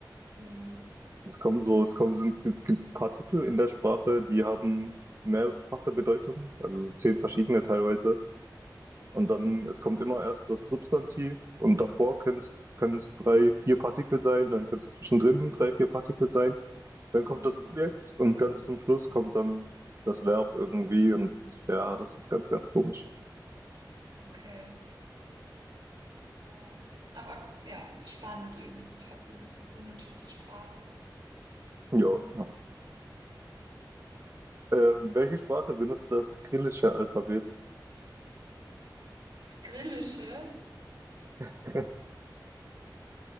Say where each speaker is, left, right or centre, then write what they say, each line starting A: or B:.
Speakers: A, on the right; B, on the right.
A: Hm.
B: Es kommen so, es kommen, sind, es gibt Partikel in der Sprache, die haben mehrfache Bedeutung, also so zehn verschiedene teilweise. Und dann, es kommt immer erst das Substantiv und davor können es drei, vier Partikel sein, dann können es zwischendrin drei, vier Partikel sein. Dann
A: Mhm.
B: kommt das Subjekt und ganz zum Schluss kommt dann das Verb irgendwie und ja, das ist ganz, ganz komisch.
A: Okay, ja. Aber ja, spannend irgendwie trotzdem so eine tote Sprache.
B: Ja. ja. Ähm, welche Sprache benutzt das kyrillische Alphabet?
A: Skrillische
B: <laughs>